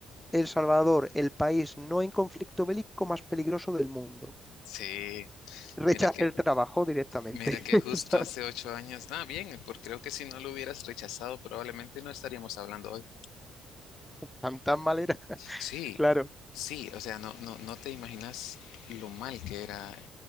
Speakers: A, in the centre; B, on the left.
A: El Salvador, el país no en conflicto bélico más peligroso del mundo.
B: Sí, sí.
A: Rechacé
B: Mira que,
A: el trabajo directamente.
B: mira que
A: <laughs>
B: justo hace ocho años. Ah, bien, porque creo que si no lo hubieras rechazado, probablemente no estaríamos hablando hoy.
A: Tan, tan mal era. <laughs>
B: Sí,
A: Claro,
B: sí. O sea, no, no, no te imaginas lo mal que era eh,